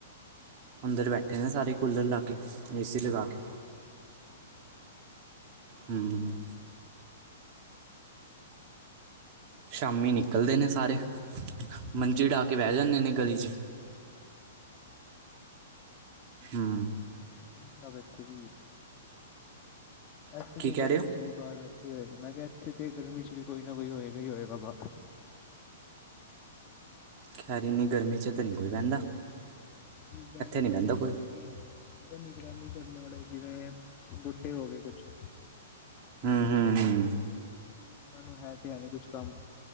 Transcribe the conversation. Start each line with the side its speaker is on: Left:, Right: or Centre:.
Right: ਅੰਦਰ ਬੈਠੇ ਨੇ ਸਾਰੇ ਕੂਲਰ ਲਾ ਕੇ ਏਸੀ ਲਗਾ ਕੇ
Left: ਹਾਂ
Right: ਹੂੰ ਸ਼ਾਮੀ ਨਿਕਲਦੇ ਨੇ ਸਾਰੇ ਮੰਜੀ
Left: ਹਾਂ
Right: ਡਾਹ
Left: ਹਾਂ
Right: ਕੇ ਬਹਿ ਜਾਂਦੇ ਨੇ ਗਲੀ 'ਚ
Left: ਅੱਛਾ। <inaudible>
Right: ਹੂੰ
Left: ਹਾਂ ਇਹੀ ਹਿਸਾਬ ਇੱਥੇ ਵੀ ਐ ਐਥੇ
Right: ਕੀ
Left: ਦੀ
Right: ਕਹਿ
Left: ਗਰਮੀ
Right: ਰਹੇ ਹੋ
Left: ਚ ਵੀ ਬਾਹਰ ਬੈਠੇ ਹੀ ਹੋਏਗਾ ਮੈਂ ਕਿਹਾ ਇੱਥੇ ਤੇ ਗਰਮੀ ਚ ਵੀ ਕੋਈ ਨਾ ਕੋਈ ਹੋਏਗਾ ਹੀ ਹੋਏਗਾ ਬਾਹਰ
Right: ਖੈਰੀ ਇੰਨੀ ਗਰਮੀ ਚ ਤੇ ਨਹੀਂ ਕੋਈ ਬਹਿੰਦਾ
Left: ਕੀ ਬ ਇੱਥੇ
Right: ਨਹੀਂ ਬਹਿੰਦਾ
Left: ਹੀ
Right: ਕੋਈ
Left: ਐ ਨਾ ਕਿ ਬ ਨਿਗਰਾਨੀ ਕਰਨੇ ਵਾਲੇ ਜਿਵੇਂ ਬੁੱਢੇ ਹੋ ਗਏ ਕੁਛ
Right: ਹਮਮਮ
Left: ਉਨਾਂ ਨੂੰ ਹੈ ਤੇ ਹੈ ਨਹੀਂ ਕੁਛ ਕੰਮ